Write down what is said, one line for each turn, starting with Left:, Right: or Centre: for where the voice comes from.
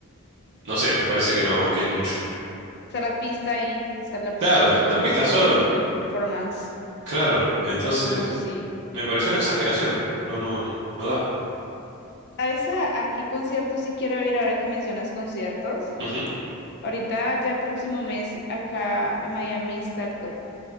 Right: no sé, me parece que no, que es mucho.
Left: Está la pista ahí, está la
Right: Claro,
Left: pista, solo
Right: la
Left: es como
Right: pista solo,
Left: el, perf- el performance,
Right: claro, entonces
Left: el performance sí.
Right: me pareció una exageración, no, no, no da.
Left: ¿Sabes a, a qué concierto sí quiero ir ahora que mencionas conciertos?
Right: Ujú.
Left: Ahorita ya el próximo mes acá en Miami está el co-